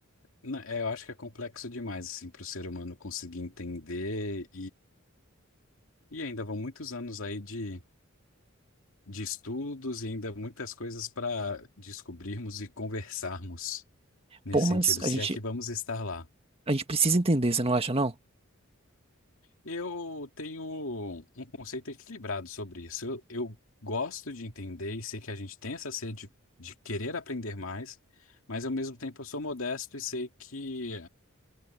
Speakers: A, on the left; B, on the right.
A: na- é, eu acho que é complexo demais assim, para o ser humano conseguir entender E ainda vão muitos anos aí de, de estudos e ainda muitas coisas para descobrirmos e conversarmos nesse
B: Pô, mas
A: sentido,
B: a
A: se
B: gente,
A: é que vamos estar lá.
B: a gente precisa entender, você não acha, não?
A: Eu tenho um conceito equilibrado sobre isso. Eu, eu gosto de entender e sei que a gente tem essa sede de querer aprender mais, mas ao mesmo tempo eu sou modesto e sei que